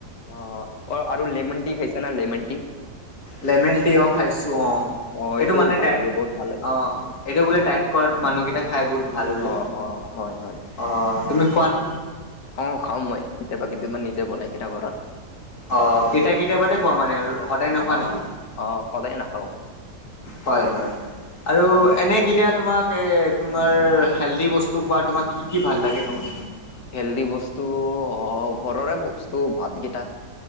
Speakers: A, on the left; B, on the left.
A: অ। অ, আৰু লেমন টি খাইছানে লেমন টি?
B: লেমেন টি অ খাইছো অ।
A: অ
B: এইটো
A: এইটোও
B: মানে
A: ভাল
B: দাইট
A: লাগে বহুত ভাল লাগে।
B: অ। এইটো বোলে দাইত কৰাত মানুহকেইটা খাই বহুত ভাল বোলে।
A: অ অ হয় হয়
B: অ, তুমি খোৱানে?
A: অ খাওঁ মই কেতিয়াবা কেতিয়াবা নিজে বনাই কেনে ঘৰত।
B: অ, কেতিয়া কেতিয়া বাতে খোৱা মানে আৰু সদায় নোখোৱা
A: অ।
B: নেকি?
A: অ সদায় নাখাওঁ
B: হয় হয়। আৰু
A: অ।
B: এনে কেতিয়া তোমাক এ তোমাৰ হেল্ডি বস্তু খোৱা তোমাক কি কি ভাল লাগে তোমাক?
A: হেল্ডি বস্তু ঘৰৰে বস্তু ভাতকেইটা।